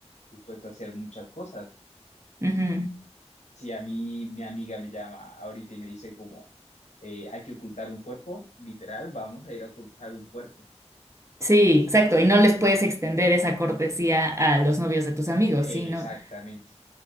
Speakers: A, on the left (about 80°); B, on the right (about 25°).
A: dispuesto a hacer muchas cosas.
B: ujú.
A: Si a mí mi amiga me llama ahorita y me dice como eh, hay que ocultar un cuerpo, literal, vamos a ir a ocultar un cuerpo.
B: Sí, exacto. Y no les puedes extender esa cortesía a los novios de tus amigos,
A: Eh,
B: ¿sí? ¿No?
A: exactamente.